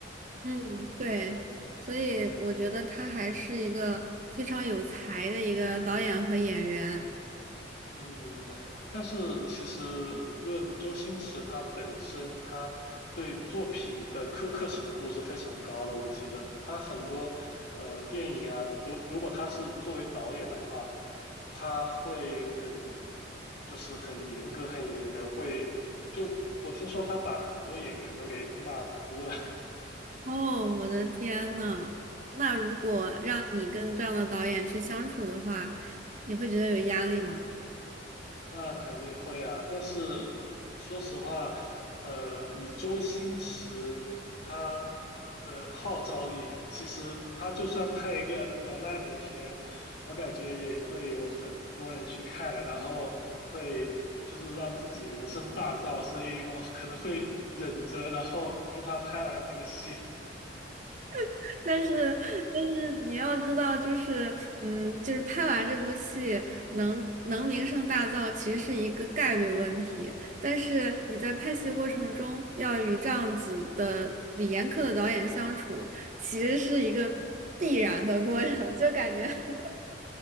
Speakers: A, on the right; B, on the left.
A: 嗯，对，所以我觉得他还是一个非常有才的一个导演和演员。
B: 嗯，但是其实论周星驰他本身，他对作品的苛刻程度是非常高的。我记得他很多呃电影啊，如如果他是作为导演的话，他会很就是很严格，很严格，会就我听说他把很多演员都给骂哭了。
A: 哦，我的天呐！那如果让你跟这样的导演去相处的话，你会觉得有压力吗？
B: 那肯定会啊，但是说实话，呃，以周星驰他的号召力，其实他就算拍一个比较烂的片，我感觉也会有很多人去看，然后会就是让自己名声大噪，所以我可能会忍着，然后跟他拍完这个戏。<laughs>
A: <laughs> 但是，但是你要知道，就是，嗯，就是拍完这部戏能能名声大噪，其实是一个概率问题。但是你在拍戏过程中要与这样子的语严苛的导演相处，其实是一个必然的过程，就感觉 <laughs>。